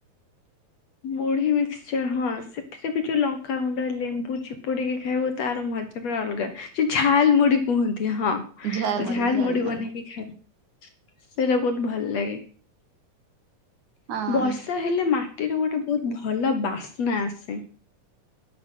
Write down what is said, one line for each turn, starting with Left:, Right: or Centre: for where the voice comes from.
Left: ମୁଢ଼ି ମିକ୍ସଚର ହଁ ସେଥିରେ ବି ଯୋଉ ଲଙ୍କାଗୁଣ୍ଡ ଲେମ୍ବୁ ଚିପୁଡିକି ଖାଇବୁ ତାର ମ ସେ ପୁରା ଅଲଗା ସେ ଝାଲମୁଢ଼ି କୁହନ୍ତି ହଁ
Right: ଝାଲ ମୁଢି
Left: ଝାଲମୁଢ଼ି
Right: ଝାଲ ମୁଢି
Left: ବନେଇ କି ଖା ସେଇଟା ବହୁତ ଭଲ ଲାଗେ
Right: ହଁ
Left: ବର୍ଷା ହେଲେ ମାଟିରେ ଗୋଟେ ବହୁତ ଭଲ ବାସ୍ନା ଆସେ।